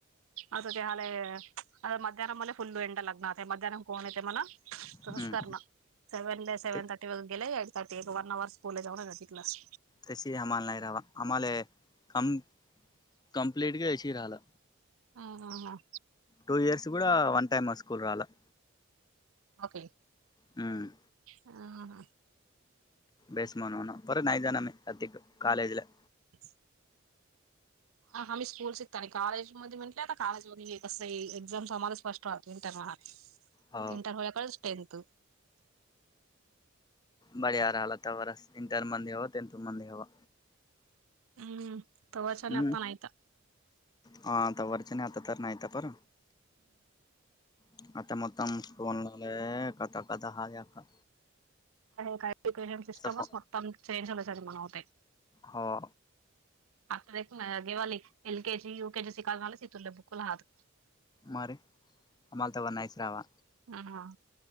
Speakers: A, on the right; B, on the left.
A: आता ते हले मध्याह्ह मला फुल्ल एंडा लग्न होत मध्यानन कोण येते मला.
B: हम्म
A: तमस्करण सेवन सेवन.
B: ते
A: गेले एक टी एक वन आवर स्कूल जाऊ क्लास.
B: तशी आम्हाला नाही रावा आम्हाला कम कंप्लीट ग ए राहिलं.
A: ह हा हां.
B: टू इयर्स कड वन टाईम स्कूल रला.
A: ओके.
B: हम्म.
A: ह हा.
B: बस म्हनण आपरा नैदाानमे अतिक कालेजला.
A: <unintelligible> हा हम्ही स्कूल शिकताना कॉलेज मध्ये म्हटले आता कॉज मध्ये कस एक्झाम आम्हाला स्पष्ट. इंटर म
B: हो
A: इंटर होल्याकडेच टेनथ.
B: बड्या हर हलात हवर रस इंटर मंदी हवा टनथ मंदी हवा.
A: हम्म तवासन
B: हम्म
A: असताान आयता.
B: हा आता वरचने आता तर नाहीता पर. <unintelligible> आता मता फोन लालाय कथ कथ हा का.
A: हे काय एज्युकेशन सिस्टमच
B: फो
A: मक्त चेंजल्यायच मणा होते.
B: हो.
A: आता गेवाली L K G U K G शिका झालाच तुर बुकला हहात.
B: मर आम्हाला तवरर न नाहीच रावा.
A: हा हा